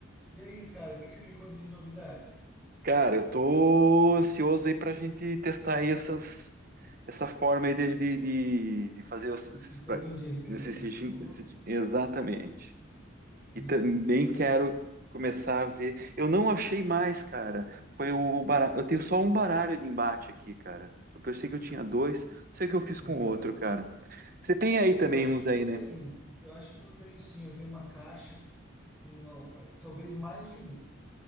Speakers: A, in the centre; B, on the right.
A: E aí, cara, o que que você me conta de novidades?
B: Cara, eu tô ansioso aí pra gente testar aí essas, essa forma aí de, de, de- de fazer os-
A: O sisteminha
B: pra-
A: de RPG
B: esses-
A: que a gente
B: esses-
A: bolou?
B: exatamente.
A: Sim,
B: E também
A: sim.
B: quero começar a ver. Eu não achei mais, cara. Foi o baralho. Eu tenho só um baralho de embate aqui, cara. Eu pensei que eu tinha dois. Sei que eu fiz
A: Aham.
B: com outro, cara. Você tem aí também
A: Eu acho
B: uns aí,
A: que eu
B: né?
A: tenho. Eu acho que eu tenho sim. Eu tenho uma caixa, um, talvez mais de um.